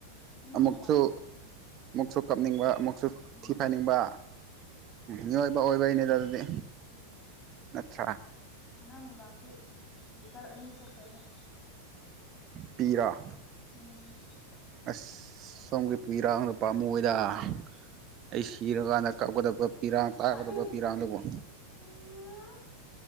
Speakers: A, on the left; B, on the right.
A: ꯏꯅꯨꯡ
B: ꯑꯃꯨꯛꯁꯨ
A: ꯅꯨꯡꯉꯥꯏꯇꯦꯗ꯫
B: ꯑꯃꯨꯛꯁꯨ ꯀꯞꯅꯤꯡꯕ ꯑꯃꯨꯛꯁꯨ
A: ꯎꯝ
B: ꯊꯤ ꯐꯥꯏꯅꯤꯡꯕ ꯃꯤꯑꯣꯏꯕ ꯑꯣꯏꯕꯩꯅꯤꯗ ꯑꯗꯨꯗꯤ꯫
A: ꯎꯝ꯫
B: ꯅꯠꯇ꯭ꯔ꯫
A: ꯉꯔꯥꯡ ꯅꯨꯡꯗꯥꯡꯗꯤ ꯂꯤꯇꯔ ꯑꯅꯤ ꯆꯠꯈ꯭ꯔꯦ ꯑꯃꯨꯛ꯫
B: ꯄꯤꯔꯥ꯫
A: ꯎꯝ꯫
B: ꯑꯁ ꯁꯣꯝꯒꯤ ꯁꯣꯝꯒꯤ ꯄꯤꯔꯥꯡꯄꯥꯝ ꯃꯤꯌꯦꯗ ꯫ ꯑꯩ ꯁꯤꯔꯀꯥꯟꯗ ꯀꯥꯀꯗꯕ ꯄꯤꯔꯥꯡ ꯇꯥꯒꯗꯕ
A: ꯇꯥꯅꯤꯡ
B: ꯄꯤꯔꯥꯡꯗꯨꯕꯨ꯫
A: ꯎꯝ